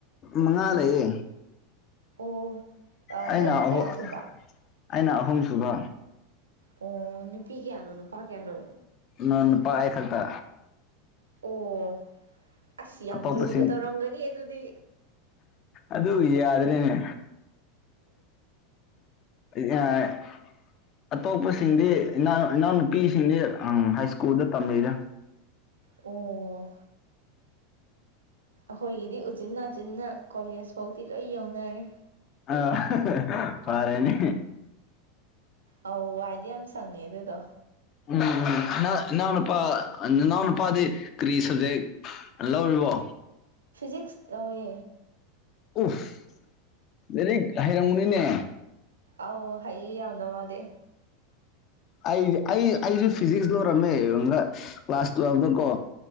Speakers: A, on the left; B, on the right.
A: ꯃꯉꯥ ꯂꯩꯌꯦ
B: ꯑꯣ
A: ꯑꯩꯅ
B: ꯅꯪꯅ
A: ꯑꯍꯨꯝ
B: ꯀꯌꯥ ꯁꯨꯕ
A: ꯑꯩꯅ ꯑꯍꯨꯝꯁꯨꯕ
B: ꯑꯣ ꯅꯨꯄꯤ ꯀꯌꯥꯅꯣ ꯅꯨꯄꯥ ꯀꯌꯥꯅꯣ
A: ꯏꯅꯥꯎꯅꯨꯄꯥ ꯑꯩ ꯈꯥꯛꯇ
B: ꯑꯣ ꯑꯁ ꯌꯥꯝ
A: ꯑꯇꯣꯞꯄꯁꯤꯡ
B: ꯂꯨꯅ ꯇꯧꯔꯝꯒꯅꯤ ꯑꯗꯨꯗꯤ
A: ꯑꯗꯨ ꯌꯥꯗ꯭ꯔꯦꯅꯦ ꯌꯥ <unintelligible> ꯑꯇꯣꯞꯄꯁꯤꯡꯗꯤ ꯏꯅꯥꯎ ꯏꯅꯥꯎꯅꯨꯄꯤꯁꯤꯡꯗꯤ ꯍꯥꯏ ꯏꯁ꯭ꯀꯨꯜꯗ ꯇꯝꯂꯤꯗ
B: ꯑꯣ ꯑꯩꯈꯣꯏꯒꯤꯗꯤ ꯎꯆꯤꯟ ꯅꯥꯆꯤꯟꯅ ꯀꯣꯂꯦꯖ ꯐꯧꯗꯤ ꯂꯣꯏ ꯌꯧꯅꯔꯦ
A: ꯑꯥ ꯐꯔꯥꯅꯤ
B: ꯑꯧ ꯋꯥꯏꯗꯤ ꯌꯥꯝ ꯁꯪꯉꯦ ꯑꯗꯨꯗꯣ
A: ꯎꯝ ꯍꯥ ꯏꯅꯥꯎꯅꯨꯄꯥ ꯅꯅꯥꯎꯅꯨꯄꯥꯗꯤ ꯀꯔꯤ ꯁꯕꯖꯦꯛ ꯂꯧꯔꯤꯕꯣ
B: ꯐꯤꯖꯤꯛꯁ ꯂꯧꯋꯦ
A: ꯎꯐ ꯂꯥꯏꯔꯤꯛ ꯍꯩꯔꯝꯒꯅꯤꯅꯦ
B: ꯑꯧ ꯍꯩꯌꯦ ꯌꯥꯝꯅ ꯃꯥꯗꯤ
A: ꯑꯩ ꯑꯩ ꯑꯩꯁꯨ ꯐꯤꯖꯤꯛꯁ ꯂꯧꯏꯔꯝꯃꯦ ꯀ꯭ꯂꯥꯁ ꯇꯨꯋꯦꯜꯕꯇ ꯀꯣ